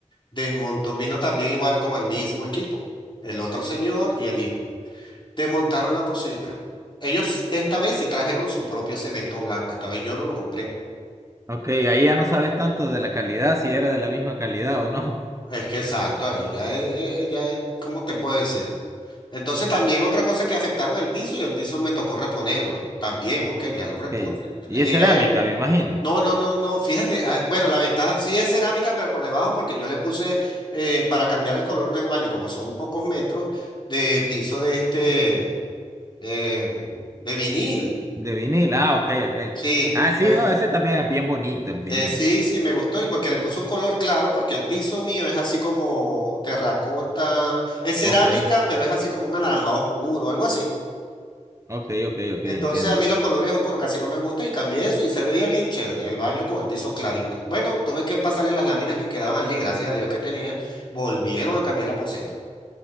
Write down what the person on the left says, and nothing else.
desmontó, vino también igual con el mismo equipo, el otro señor y el hijo. Desmontaron la poceta. Ellos esta vez sí trajeron su propio cemento blanco, esta vez yo no lo compré.
Es que exacto, ahí ya, es- eh, ya, es- ¿cómo te puedo decir? Entonces también otra cosa que afectaron el piso y el piso me tocó reponerlo. También, ok, ya lo
repuse. ya
le
dije
a ellos.
No, no, no, no. Fíjate, ah, bueno, la ventaja sí es cerámica, pero por debajo, porque yo le puse eh, para cambiar el color del baño, como son pocos metros, de piso de este eh, de vinil.
Sí,
de,
Eh, sí, sí, me gustó y porque le puso un color claro, porque el piso mío es así como terracota, es cerámica,
pero es así como un anaranjado oscuro, algo así.
Entonces
a mí los colores oscuros casi no me gustan y cambié eso y se veía bien chévere el baño con el piso clarito. Bueno, tuve que pasarle las láminas que quedaban allí, gracias a Dios que tenía, volvieron a cambiar la poceta.